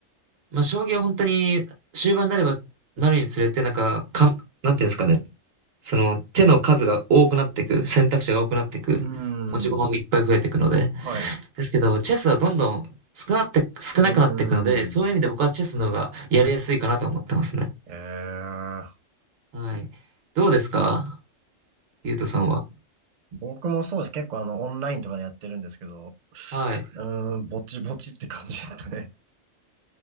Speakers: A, on the right; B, on the right.
A: まあ将棋は本当に終盤になればなるにつれて、なんか、かん、なんていうんですかね、その手の数が多くなっていく、選択肢が多くなっていく、
B: ーん、
A: 持ち駒もいっぱい増えていくので、
B: はい。う
A: ですけど、チェスはどんどん少なって、少なくなっていくので、
B: ーん。
A: そういう意味で僕はチェスの方がやりやすいかなと思ってますね。
B: ええ、
A: はい。どうですかゆうとさんは。
B: 僕もそうです。結構あの、オンラインとかでやってるんですけど、
A: はい。
B: うーん、ぼちぼちって感じですかね。